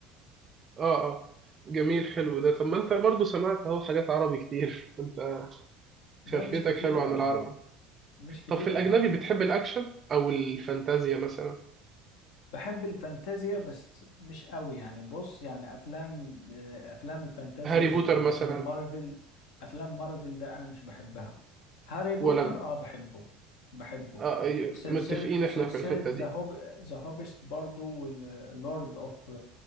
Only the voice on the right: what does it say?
اه اه جميل حلو ده طب ما انت برضو سمعت اهو حاجات عربي كتير <laughs> انت
خلفيتك
حلوة
عن العرب
طب في الأجنبي
بتحب الأكشن أو الفانتازيا مثلا
هاري
بوتر
مثلا
ولا أنا؟
آه أي-
متفقين
إحنا في الحتة
دي